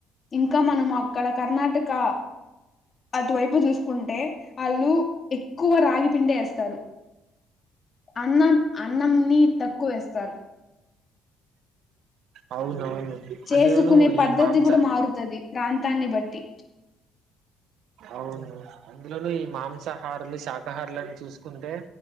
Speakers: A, on the left; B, on the right.
A: ఇంకా మనం అక్కడ కర్ణాటకా అటువైపు చూసుకుంటే. ఆళ్ళూ ఎక్కువ రాగి పిండే ఏస్తారు. అన్నం అన్నం నీ తక్కువ వేస్తారు.
B: అవునువును
A: చేసుకునే
B: అందులోనూ
A: పద్ధతి
B: ఈ మాంసా
A: కూడా మారుతది ప్రాంతాన్ని బట్టి
B: అవును అందులోనూ ఈ మాంసాహారల్లు, శాకాహారులని చూసుకుంటే.